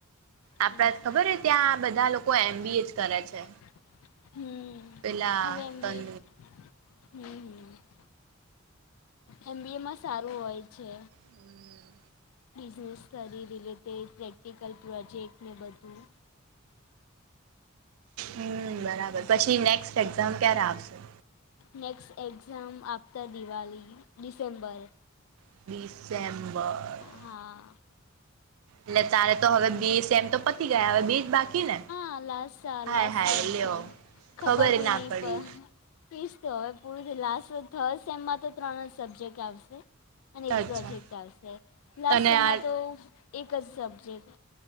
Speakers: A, on the right (about 85°); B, on the left (about 75°).
A: આપડા
B: હમ
A: ખબર હ ત્યાં બધા લોકો એમબી
B: હમ
A: એ જ કરે છે પલા
B: હવે એમ
A: તમ
B: બી હમ હ એમ બી એમાં સારું હોય છે.
A: હમ.
B: બિઝનેસ સ્રી રિલેટેડ પ્રેક્ટિકલ પ્રોજેક્ટને બધું
A: હમ બરાબર પછી નેક્સ્ટ એક્ઝામ ક્યારે આવશે?
B: Next exam after Diwali December
A: December
B: હા
A: એટલે તારે તો હવે બીસ એમ તો પતી ગયા હવે બીજ બાકી ને?
B: આલાાસ આલાાસ
A: હાય હાય
B: અ
A: લ્યો
B: છે ખબર બી
A: ના
B: નહીં
A: પડી
B: પ ફીસ તો હવે પૂરી લાસ્ટ થર્ડ સેમમાં તો ત્રણ જ સબ્જેક્ટ આવશે. અને એક
A: અચ્છા
B: પ્રોજેક્ટ આવશે લાસ્ટ
A: તને
B: સેમમાં
A: આ
B: તો એક જ સબ્જેક્ટ.